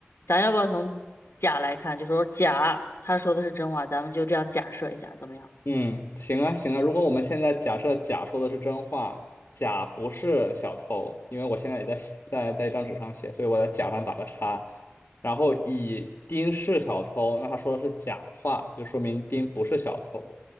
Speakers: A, on the left; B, on the left.
A: 咱要不要从甲来看？就说甲他说的是真话，咱们就这样假设一下，怎么样？
B: 嗯，行啊，行啊。如果我们现在假设甲说的是真话，甲不是小偷，因为我现在也在写，在在一张纸上写，所以我在甲上打个叉。然后乙丁是小偷，那他说的是假话，就说明丁不是小偷，